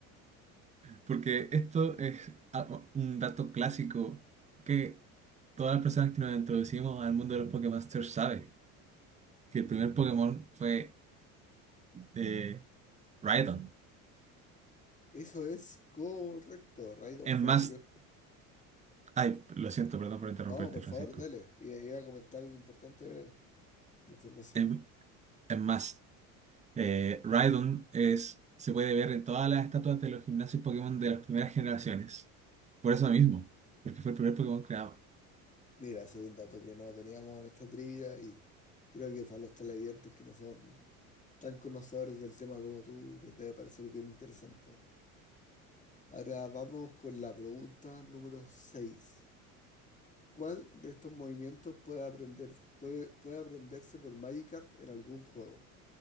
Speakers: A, on the right; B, on the left.
A: Porque esto es a- un dato clásico que todas las personas que nos introducimos al mundo de los Pokémasters saben, que el primer Pokémon fue eh, Rhydon.
B: Eso es correcto. Raidon
A: Es
B: fue
A: más,
B: el primero.
A: ay, lo siento, perdón por interrumpirte,
B: No, por
A: Francisco.
B: favor, dele. Y iba a comentar algo importante de la información.
A: Es, es más, eh, Rhydon es, se puede ver en todas las estatuas de los gimnasios Pokémon de las primeras generaciones. Por eso mismo, porque fue el primer Pokémon creado.
B: Mira, ese es un dato que no teníamos en esta trivia y creo que para los televidentes que no son tan conocedores del tema como tú, les debe parecer bien interesante. Ahora vamos con la pregunta número 6. ¿Cuál de estos movimientos puede aprender, puede, puede aprenderse por Magikarp en algún juego?